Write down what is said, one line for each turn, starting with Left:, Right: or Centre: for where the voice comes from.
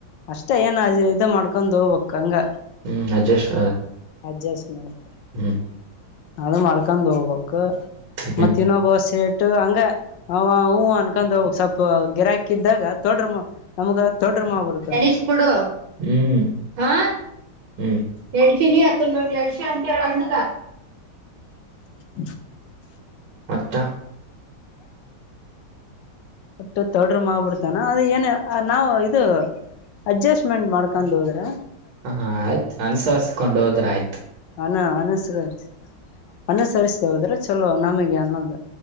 Left: ಅಷ್ಟೇ ಏನ್ ಇದು ಮಾಡ್ಕೊಂಡ್ ಹೋಗ್ಬೇಕ್ ಹಂಗ.
Right: ಹ್ಮ್ ಅಡ್ಜಸ್ಟ್
Left: ಅಡ್ಜಸ್ಟ್ಮೆಂಟ್
Right: ಹ್ಮ್
Left: ಅದು ಮಡಕನ್ ಹೋಗ್ಬೇಕ್. ಕ
Right: ಹ್ಮ್
Left: ಮತ್ ಇನೋಬ ಸೇಟ್ ಟ ಹಂಗ ಅವ ಹೂ ಅನ್ಕೊಂಡ್ ಸ್ವಲ್ಪ ಗಿರಾಕಿ ಇದಾಗ ತೊಡ್ರ ನಮ್ಗ. ತೊಡ್ರ ಮಾಡ್ಬಿಡ್ತಾನ
Right: ಎಣಿಶ್ ಕೊಡು ಹ್ಮ್ ಹ ಹ್ಮ್ ಎಣ್ಶಿನೀ ಆತ ನಮ್ ಎಣ್ಶಿ ಅಂತ ಹೇಳ ಅಂಗದ.
Left: ಹ
Right: ಮತ್ತ
Left: ಒಟ್ಟು ತೊಡ್ರು ಮಾಡ್ಬಿಡ್ತಾನ ಅದ್ ಏನ ನಾವು ಇದು. ಅಡ್ಜಸ್ಟ್ಮೆಂಟ್ ಮಾಡ್ಕೊಂಡ್ ಹೋದ್ರೆ.
Right: ಹ ಆಯ್ತು ಅನ್ಸರಿಸ್ಕೊಂಡ್ ಹೋದ್ರ ಆಯ್ತು.
Left: ಹನ ಅನಸ್ರಸ್ ಅನುಸರಿಸ್ತ ಹೋದ್ರೆ ಚಲೋ ನಮಿಗೆ ಅನ್ನದ.